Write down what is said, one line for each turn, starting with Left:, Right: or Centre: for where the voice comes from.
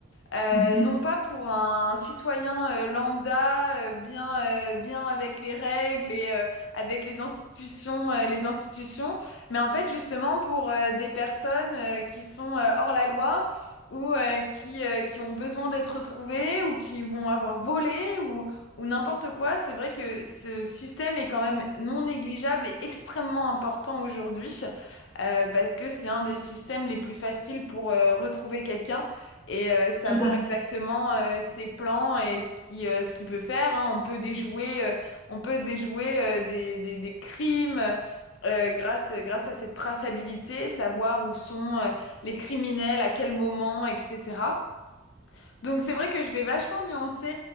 Left: Euh,
Centre: Mhm.
Left: non pas pour un citoyen euh, lambda, euh, bien, euh, bien avec les règles et euh, avec les institutions, euh, les institutions, mais en fait justement pour euh, des personnes euh, qui sont euh, hors la loi ou euh, qui, euh, qui ont besoin d'être retrouvées ou qui vont avoir volé ou, ou n'importe quoi. C'est vrai que ce système est quand même non négligeable et extrêmement important aujourd'hui euh, parce que c'est un des systèmes les plus faciles pour euh, retrouver quelqu'un et euh, savoir
Centre: Tout à fait,
Left: exactement euh, ses plans et ce qui euh, ce qu'il peut faire. hein. On peut déjouer, euh, on peut déjouer euh, des, des, des crimes euh, grâce, grâce à cette traçabilité, savoir où sont euh, les criminels, à quel moment, etc. Donc c'est vrai que je vais vachement nuancer.